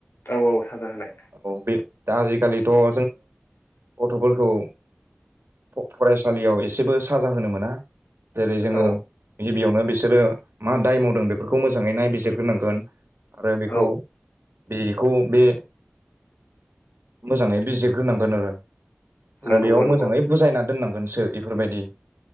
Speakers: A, on the left (about 70°); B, on the right (about 75°).
A: औ औ साजा होनाय।
B: औ बे दा आजिखालिथ' जोङो गथ'फोरखौ फ-फरायसालियाव ए सेबो साजा होनो मोना। जेरै
A: औ
B: जोङो
A: औ
B: गिबियावनो बिसोरो मा दाय मावदों बेफोरखौ मोजाङै नायबिजिरग्रोनांगोन। आरो बेखौ
A: औ
B: बेखौ बे मोजाङै बिजिरग्रोनांगोन आरो आरो
A: नंगौबो
B: बेयाव
A: नंगौ
B: मोजाङै बुजायना दोननांगोन। सो इफोरबायदि